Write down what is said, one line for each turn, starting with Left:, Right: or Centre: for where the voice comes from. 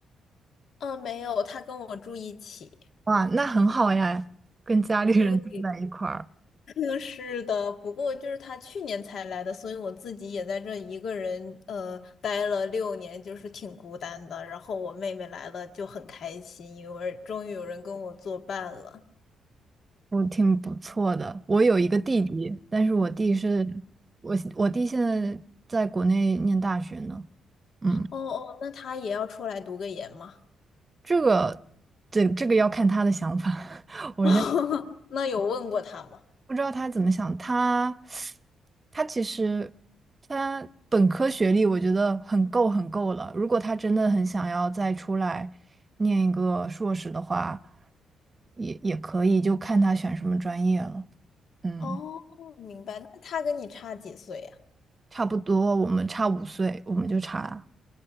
Left: 嗯，没有，她跟我住一起。
Right: 哇，那很好呀，跟家里人住在一块儿，
Left: 对，<laughs> 是的，不过就是她去年才来的，所以我自己也在这一个人呃待了六年，就是挺孤单的。然后我妹妹来了就很开心，因为终于有人跟我作伴了。
Right: 我挺不错的。我有一个弟弟，但是我弟是，我我弟现在在国内念大学呢。嗯，
Left: 哦哦，那她也要出来读个研吗？
Right: 这个，这这个要看他的想法。<laughs> 我现
Left: <laughs> 那有问过她吗？
Right: 不知道他怎么想，他他其实他本科学历我觉得很够很够了。如果他真的很想要再出来念一个硕士的话，也也可以，就看他选什么专业了。嗯，
Left: 哦，明白。那她跟你差几岁呀？
Right: 差不多，我们差五岁，我们就差，